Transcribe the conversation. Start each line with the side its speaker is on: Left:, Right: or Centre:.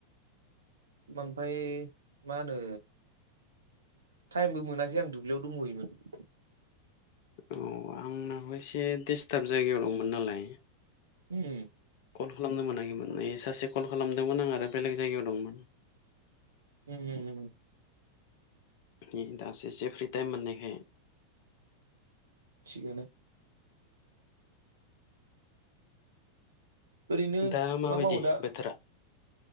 Right: ओमफाय मा होनो टाइमबो मोनासै आं दुब्लियाव दंहैयोमोन।
Left: औ आंनाबो एसे दिडिस्टार्ब जायगायाव दंमोन नालाय।
Right: अम
Left: कल खालामनो मोनाखैमोन ओय सासे कल खालामदोंमोन आं आरो बेलेग जायगायाव दंमोन।
Right: अम अम
Left: नै दासो एसे फ्रि टाइम मोननायखाय
Right: थिगानो ओरैनो
Left: दा माबायदि
Right: मा मावो दा
Left: बोथोरा